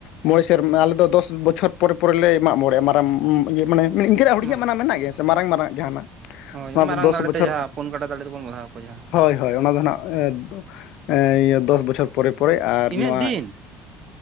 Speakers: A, on the left; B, on the right.
A: ᱢᱚᱬᱮ ᱥᱮᱨᱮᱢ ᱟᱞᱮ ᱫᱚ ᱫᱚᱥ ᱵᱚᱪᱷᱚᱨ ᱯᱚᱨᱮ ᱯᱚᱨᱮ ᱞᱮ ᱢᱟᱜ ᱢᱚᱬᱮᱜᱼᱟ ᱢᱟᱨᱟᱝ ᱤᱭᱟᱹ ᱢᱟᱱᱮ ᱾ ᱤᱱᱠᱟᱹᱱᱟᱜ ᱦᱩᱰᱤᱧ
B: ᱢᱟ
A: ᱧᱚᱜ ᱢᱟᱱᱟ ᱢᱮᱱᱟᱜ ᱜᱮᱭᱟ ᱥᱮ ᱢᱟᱨᱟᱝ ᱢᱟᱨᱟᱝ ᱡᱟᱦᱟᱸᱱᱟᱜ ᱾
B: ᱦᱳᱭ
A: ᱚᱱᱟ
B: ᱢᱟᱨᱟᱝ
A: ᱫᱚ ᱫᱚᱥ
B: ᱫᱟᱲᱮ
A: ᱵᱚᱪᱷᱚᱨ
B: ᱛᱮ ᱡᱟᱦᱟᱸ ᱯᱩᱱ ᱠᱟᱴᱟ ᱫᱟᱲᱮ ᱛᱮᱵᱚᱱ ᱵᱟᱫᱷᱟᱣ ᱟᱠᱚᱣᱟ ᱡᱟᱦᱟᱸ
A: ᱦᱳᱭ ᱦᱳᱭ ᱚᱱᱟ ᱫᱚ ᱱᱟᱦᱟᱸᱜ ᱾ <inaudible> ᱫᱚᱥ ᱵᱚᱪᱷᱚᱨ ᱯᱚᱨᱮ ᱯᱚᱨᱮ ᱟᱨ
B: ᱤᱱᱟᱹᱜ
A: ᱱᱚᱣᱟ
B: ᱫᱤᱱ
A: ᱼᱼ